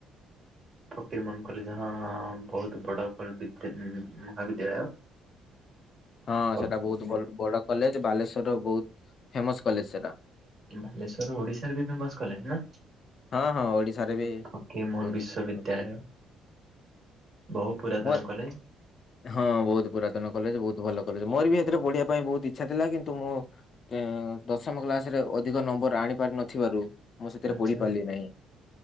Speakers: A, on the right; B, on the left.
A: ଫକୀରମୋହନ କଲେଜ ହ ହ ହ ବହୁତ ବଡ଼ କଲ୍ ମହାବିଦ୍ୟାଳୟ।
B: ହଁ
A: ଫକୀରମୋହନ
B: ସେଟା ବହୁତ ବ ବଡ କଲେଜ ବାଲେଶ୍ଵରର ବହୁତ ଫେମସ କଲେଜ ସେଟା।
A: ବାଲେଶ୍ୱରର ଓଡିଶାରେ ବି ଫେମସ କଲେଜ ନା?
B: ହଁ ହଁ ଓଡିଶାରେ ବି
A: ଫକିରମୋହନ
B: ବହୁତ
A: ବିଶ୍ୱବିଦ୍ୟାଳୟ।
B: ଭଲ କଲେଜ।
A: ବହୁ ପୁରାତନ
B: ମୋ
A: କଲେଜ।
B: ହଁ ବହୁତ ପୁରାତନ କଲେଜ ବହୁତ ଭଲ କଲେଜ ମୋର ବି ଏଥିରେ ପଢିବା ପାଇଁ ବହୁତ ଇଚ୍ଛା ଥିଲା କିନ୍ତୁ ମୁଁ ଏଁ ଦଶମ କ୍ଲାସରେ ଅଧିକ ନମ୍ବର ଆଣି ପାରି ନଥିବାରୁ ମୁଁ ସେଥିରେ
A: ଆଚ୍ଛା
B: ପଢିପାରିଲି ନାହିଁ।